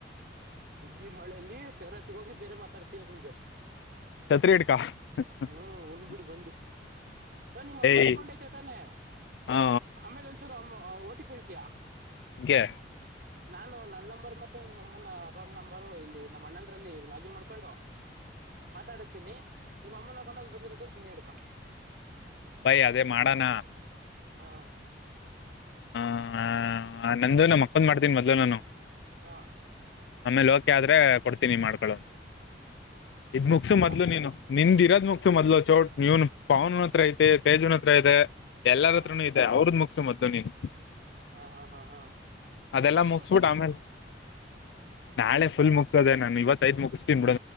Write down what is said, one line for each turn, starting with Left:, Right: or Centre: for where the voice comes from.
Right: ಈ ಮಳೆಯಲ್ಲಿ ಟೆರಸ್ಗೆ ಹೋಗಿ ಬೇರೆ ಮಾತಾಡ್ತೀನಿ ನಿನ್ಗೆ
Left: ಚತ್ರಿ ಎಡ್ಕ್ಕಾ <unintelligible>
Right: ಹ್ಮ್ ಉಣ್ಬಿಡ್ ಬಂದು ನಿಮ್ಮ ಅಮ್ಮನಕೊಂಡ
Left: ಏಯ್
Right: ಐತೆ ತಾನೆ
Left: ಹಾ
Right: ಆಮೇಲೆ ಒಂದಸೂರು ಅಮ್ಮ ಓಟೋ ಹೇಳುತೆಯ
Left: ಯಾಕೆ
Right: ನಾನು ನನ್ನ ನಂಬರ್ ಮತ್ತೆ ಮಮ್ಮನ ಅಕೌಂಟ್ ನಂಬರು ಇಲ್ಲಿ ನಮ್ಮ ಅಣ್ಣಂದ್ರಲ್ಲಿ ಲಾಗಿನ್ ಮಾಡ್ಕೊಂಡು ಮಾತಾಡಿಸತೀನಿ ನಿಮ್ಮ ಅಮ್ಮನ ಅಕೌಂಟ್ ಬಂದಿರೋದೊಡ್ ಡುಡು ನೆನೆ ಇದುಕೊ
Left: ಬೈ ಅದೇ ಮಾಡಣ
Right: ಹಾ
Left: ಆ ನಂದು ನಾ ಅಕ್ಕಂದ್ ಮಾಡ್ತೀನಿ ಮೊದ್ಲು ನಾನು
Right: ಹಾ
Left: ಆಮೇಲೆ ಹೋಕೆ ಆದ್ರೆ ಕೊಡ್ತೀನಿ ಮಾಡ್ಕೊಳ್ಳ ಅಂತ ಇದ್ ಮುಗಸು
Right: ಹಾ
Left: ಮೊದ್ಲು ನೀನು ನಿಂದಿ ಮುಗಸು ಮೊದ್ಲು ಚೋಟ್ ಇವನು ಪಾವನ್ನ್ ಹತ್ರ ಐತಿ ತೇಜ್ನ್ ಹತ್ರ ಇದೆ ಎಲ್ಲರತ್ರನು
Right: ಹಾ
Left: ಇದೆ ಅವ್ರದ್ ಮುಗಸು ಮದ್ದು ನೀನ್
Right: ಹಾ ಹಾ ಹಾ ಹಾ
Left: ಅದೆಲ್ಲಾ
Right: ಮುಗಿಸು
Left: ಮುಗಸ್ಬಿಟ್ಟು ಆಮೇಲೆ ನಾಳೆ ಫುಲ್ ಮುಗಸದೆ ನಾನ ಇವತ್ತ ಐತ್ ಮುಗಿಸ್ತೀನಿ ಬಿಡೋ